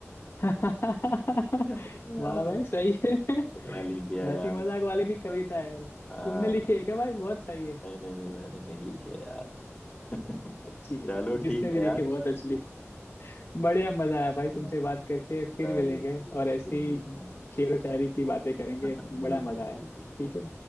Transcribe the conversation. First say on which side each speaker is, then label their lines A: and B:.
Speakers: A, on the left (about 50°); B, on the left (about 20°).
A: <laughs>
B: <laughs> आह, भाई,
A: वाह भाई सही है
B: तगड़ा लिख दिया
A: हंसी
B: यार
A: मजाक वाली भी कविता है तुमने
B: आह,
A: लिखी है क्या भाई बहुत सही है
B: नहीं नहीं नहीं मैंने नहीं लिखे यार <laughs>
A: अच्छी लिखी
B: चलो
A: है। जिसने
B: ठीक है
A: भी लिखी
B: यार
A: बहुत अच्छी लिखी बढ़िया मजा आया भाई
B: <laughs>
A: तुमसे
B: हाँ,
A: बात करके फिर
B: चलो
A: मिलेंगे
B: ठीक
A: और
B: है
A: ऐसी
B: फिर मिलते हैं
A: शेर व शायरी की बातें करेंगे
B: <laughs>
A: बड़ा
B: बिल्कुल
A: मजा आया
B: बिल्कुल
A: ठीक है